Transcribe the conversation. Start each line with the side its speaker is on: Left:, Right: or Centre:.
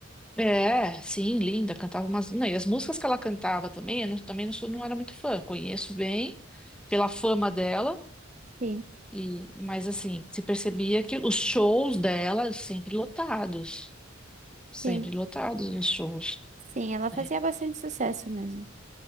Centre: é sim, linda, cantava umas. Não, e as músicas que ela cantava também, eu não, também não, sou, não era muito fã, conheço bem pela fama dela,
Right: Sim,
Centre: e mas assim, se percebia que os shows dela sempre lotados, sempre
Right: sim,
Centre: lotados os shows.
Right: sim, ela fazia
Centre: né?
Right: bastante sucesso mesmo.